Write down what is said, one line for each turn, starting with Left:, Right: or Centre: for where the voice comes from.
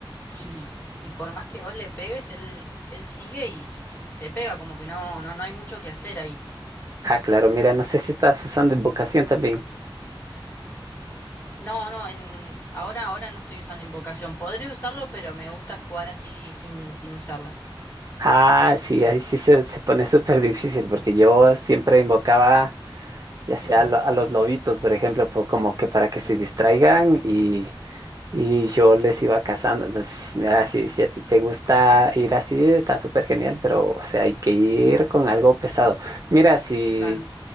Left: y, y por más que vos le pegues, él, él sigue y, y- y te pega, como que no, no, no hay mucho que hacer ahí.
Right: Ah, claro, mira, no sé si estás usando invocación también.
Left: No, no, en, ahora, ahora no estoy usando invocación. Podría usarlo, pero me gusta jugar así sin, sin usarlas.
Right: Ah, sí, ahí sí se, se pone súper difícil porque yo siempre invocaba ya
Left: Mm.
Right: sea a, lo- a los lobitos, por ejemplo, po- como que para que se distraigan Y yo les iba cazando. Entonces, mira, si, si a ti te gusta ir así, está súper genial, pero o sea, hay que ir con algo pesado. Mira, si,
Left: Claro,